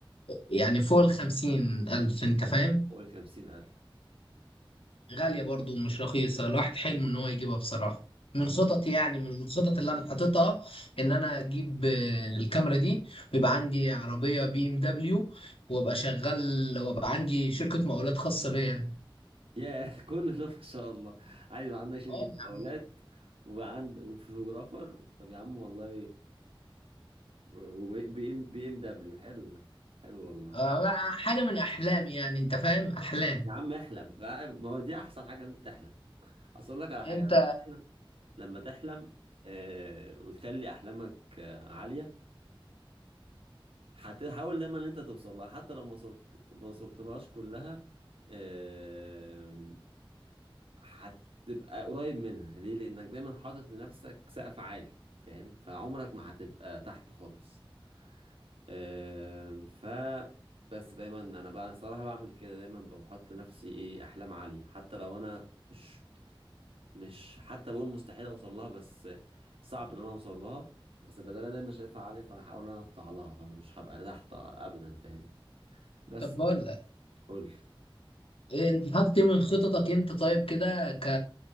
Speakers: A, on the left (about 85°); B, on the right (about 85°).
A: يعني فوق الخمسين ألف انت فاهم
B: قول 50000
A: غالية برضو ومش رخيصة الواحد حلمه ان هو يجيبها بصراحة من خططي يعني من الخطط اللي انا حاططها ان انا اجيب آه، الكاميرا دي ويبقى عندي عربية بي ام دبليو وابقى شغال وابقى عندي شركة مقاولات خاصة بيا يعني.
B: ياه <laughs> كل ده ما شاء الله عايز يبقى عندك شركة
A: اه
B: مقاولات
A: يعني
B: وعند وفوتوغرافر طب يا عم والله وبي ام بي ام دبليو حلو ده حلو والله
A: آه، حاجة من احلامي يعني انت فاهم احلام
B: يا عم احلم بقى- ما هو دي احسن حاجة ان انت تحلم اصل اقول لك على
A: انت
B: حاجه لما تحلم لما تحلم آه وتخلي احلامك آه عاليه هتحاول دايما ان انت توصل لها حتى لو ما وصلت ما وصلتلهاش كلها آه هتبقى قريب منها ليه لانك دايما حاطط لنفسك سقف عالي فاهم فعمرك ما هتبقى تحت خالص آه ف بس دايما انا بقى الصراحه بعمل كده دايما بقوم حاطط لنفسي ايه احلام عاليه حتى لو انا مش مش حتى بقول مستحيل اوصل لها بس صعب ان انا اوصل لها بس بدل انا مش شايفها عاليه فهحاول ان انا اطلع لها فمش هبقى انا تحت ابدا فاهم بس
A: طب
B: كده.
A: بقول
B: قول لي
A: إيه، انت حاطط ايه من خططك انت طيب كده ك...